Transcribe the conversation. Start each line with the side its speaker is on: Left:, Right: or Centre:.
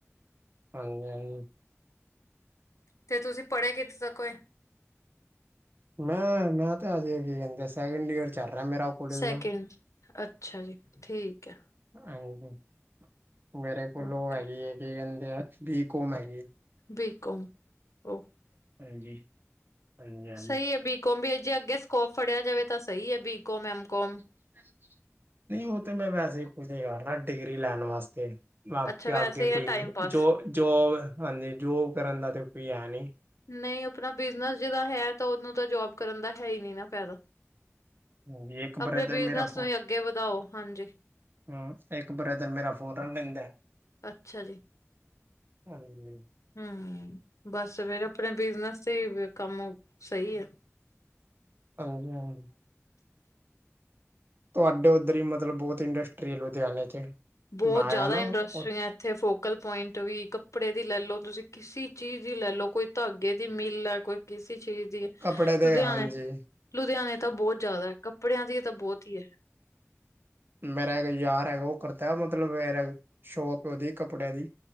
Right: ਹਾਂਜੀ! ਹਾਂਜੀ!
Left: ਤੇ ਤੁਸੀਂ ਪੜ੍ਹੇ ਕਿੱਥੇੋ ਤੱਕ ਹੋਏ?
Right: ਮੈਂ! ਮੈਂ ਤੇ ਅਜੇ ਕੀ ਕਹਿੰਦੇ ਆ ਸੈਕਿੰਡ ਈਅਰ ਚੱਲ ਰਿਹਾ ਮੇਰਾ। ਕਾਲਜ
Left: ਸੈਕਿੰਡ,
Right: ਦਾ
Left: ਅੱਛਾ ਜੀ! ਠੀਕ ਏ।
Right: ਹਾਂਜੀ! ਮੇਰੇ ਕੋਲ
Left: ਓਕੇ
Right: ਉਹ ਹੈਗੀ ਏ ਗੀ ਕਹਿੰਦੇ ਆ ਬਿਕੋਮ ਹੈਗੀ।
Left: ਬਿਕਾਮ! ਔਹ
Right: ਹਾਂਜੀ! ਹਾਂਜੀ ਹਾਂਜੀ
Left: ਸਹੀ ਹੈ। ਬੀਕੌਮ ਵੀ ਜੇ ਅੱਗੇ ਸਕੋਪ ਫੜਿਆ ਜਾਵੇ ਤਾਂ, ਸਹੀ ਹੈ ਬੀਕੋਮ, ਐਮਕੌਮ
Right: ਹਾਂਜੀ! ਨਹੀਂ ਉਹ ਤੇ ਮੈਂ ਵੈਸੇ ਹੀ ਕੁਝ ਨੀ ਕਰਨਾ ਡਿਗਰੀ ਲੈਣ ਵਾਸਤੇ। ਆਪ
Left: ਅੱਛਾ
Right: ਕੇ
Left: ਵੈਸੇ
Right: ਆਗੇ
Left: ਹੀ ਹੈ
Right: ਕੋਈ
Left: ਟਾਈਮ
Right: ਜੋ
Left: ਪਾਸ
Right: ਜੋਂ ਜੋਬ ਹਾਂਜੀ! ਜੋਬ ਕਰਨ ਦਾ ਤਾਂ ਕੋਈ ਹੈ ਨੀ
Left: ਨਹੀਂ ਆਪਣਾ ਬਿਜਨਸ ਜੀਦਾ ਹੈ, ਤਾਂ ਉਹਨੂੰ ਤਾਂ ਜੋਬ ਕਰਨ ਦਾ ਹੈ ਹੀ ਨੀ ਨਾ ਫਾਇਦਾ।
Right: ਹਾਂਜੀ ਇੱਕ
Left: ਆਪਣੇ
Right: ਬ੍ਰਦਰ
Left: ਬਿਜਨਸ
Right: ਮੇਰਾ
Left: ਨੂੰ ਹੀ ਅੱਗੇ ਵਧਾਓ। ਹਾਂਜੀ!
Right: ਹੂੰ! ਇੱਕ ਬ੍ਰਦਰ ਮੇਰਾ ਫੋਧਰਨ ਰਹਿੰਦਾ ਹੈ।
Left: ਅੱਛਾ ਜੀ!
Right: ਹਾਂਜੀ
Left: ਹੂੰ! ਬਸ ਫਿਰ ਆਪਣੇ ਬਿਜਨਸ ਤੇ ਬ ਹ ਕੰਮ ਸਹੀ ਆ।
Right: ਹਾਂਜੀ! ਹਾਂਜੀ! ਤੁਹਾਡੇ ਉੱਧਰ ਹੀ ਮਤਲਬ ਬਹੁਤ ਇੰਡਸਟਰੀ ਹੈ। ਲੁਧਿਆਣੇ ਚ,
Left: ਬਹੁਤ
Right: ਮੈਂ ਆਇਆ
Left: ਜ਼ਿਆਦਾ
Right: ਨਾ
Left: ਇੰਡਸਟਰੀਆਂ
Right: ਉਹ
Left: ਏ। ਇੱਥੇ ਫੋਕਲ ਪੁਆਇੰਟ ਵੀ ਕੱਪੜੇ ਦੀ ਲੈ ਲੋ, ਤੁਸੀਂ ਕਿਸੇ ਚੀਜ਼ ਦੀ ਲੈ ਲੋ, ਕੋਈ ਧਾਗੇ ਦੀ ਮਿੱਲ ਆ ਕੋਈ, ਕਿਸੇ ਚੀਜ਼ ਦੀ ਏ।
Right: ਕੱਪੜੇ ਦੇ
Left: ਲੁਧਿਆਣੇ,
Right: ਹਾਂਜੀ
Left: ਲੁਧਿਆਣੇ ਤਾਂ ਬੋਤ ਜ਼ਆਦਾ ਹੈ ਕੱਪੜਿਆਂ ਦੀ ਤਾਂ ਬੌਤ ਈ ਐ।
Right: ਮੇਰਾ ਏਕ ਯਾਰ ਹੈਗਾ ਓਹ ਕਰਤਾ ਐ ਮਤਲਬ ਏਰ ਸ਼ੋਪ ਓਹਦੀ ਕੱਪੜੇ ਦੀ।